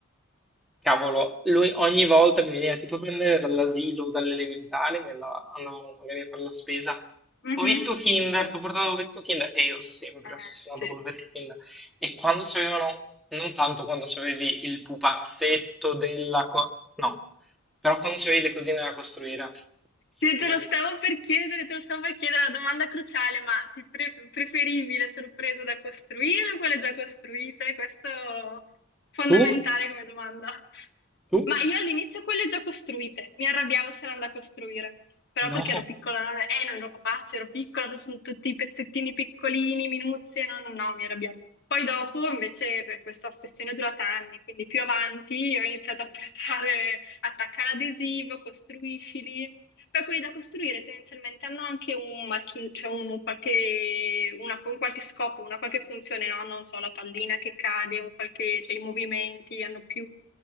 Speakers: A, in the centre; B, on the left (about 55°).
A: Cavolo, lui ogni volta mi veniva tipo a prendere dall'asilo, dall'elementare, me la- andavamo magari a fare la spesa.
B: Mhm.
A: Ovetto Kinder, ti portavo Ovetto Kinder e io sempre
B: Eh,
A: ossessionato
B: sì.
A: con l'Ovetto Kinder. E quando c'avevano, non tanto quando c'avevi il pupazzetto della... co- no, però quando c'avevi le cosine da costruire.
B: Sì, te
A: le-
B: lo stavo per chiedere, te lo stavo per chiedere la domanda cruciale, ma ti pre- preferivi le sorprese da costruire o quelle già costruite? Questo è fondamentale
A: Tu?
B: come domanda.
A: Tu?
B: Ma io all'inizio quelle già costruite, mi arrabbiavo se erano da costruire, però
A: No.
B: perché ero piccola, non, eh, non ero capace, ero piccola, sono tutti i pezzettini piccolini, minuzie, no, no, no, mi arrabbiavo. Poi dopo invece que- questa ossessione è durata anni, quindi più avanti ho iniziato a apprezzare attacca l'adesivo, costruiscili. Beh, quelli da costruire tendenzialmente hanno anche un, marchi- cioè un- un qualche, una- un qualche scopo, una qualche funzione, no? Non so, la pallina che cade, un qualche- cioè, i movimenti hanno più,